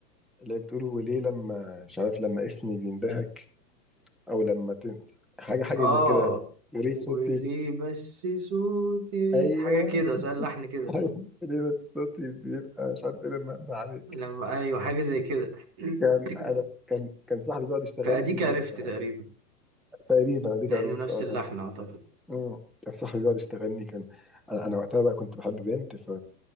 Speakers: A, in the centre; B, on the right.
A: اللي هي بتقول وليه لما مش عارف لما اسمي بيندهك أو لما ت... حاجة حاجة
B: آه
A: زي كده وليه صوتي
B: وليه بس صوتي
A: أيوه
B: حاجة
A: <laughs>
B: كده سأل لحن كده
A: أيوه ليه بس صوتي بيبقى مش عارف إيه لما أنده عليك
B: لما أيوة حاجة زي كده
A: كان
B: <laughs> <clears throat>
A: أنا كان كان صاحبي بيقعد يشتغلني
B: فأديك عرفت
A: آه،
B: تقريبا
A: تقريبا أديك
B: لأنه
A: عرفت
B: نفس
A: أه
B: اللحن
A: كان
B: أعتقد
A: مم. كان صاحبي بيقعد يشتغلني كان أنا أنا وقتها بقى كنت بحب بنت ف...